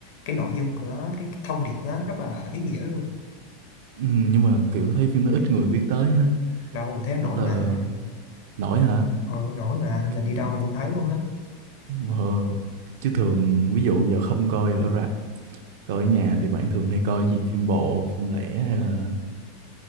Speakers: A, on the left; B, on the right.
A: cái nội dung của nó cái, cái thông điệp của nó rất là ý nghĩa luôn
B: ừm, nhưng mà kiểu thấy phim nó ít người biết tới ha
A: đâu mà thấy nổi
B: rất là
A: mà
B: nổi hả
A: ờ, nổi mà mình
B: Ừm,
A: đi đâu mình cũng thấy luôn á
B: ờ, chứ thường ví dụ giờ không coi ở rạp coi ở nhà thì bạn thường hay coi cái gì phim bộ phim lẻ hay là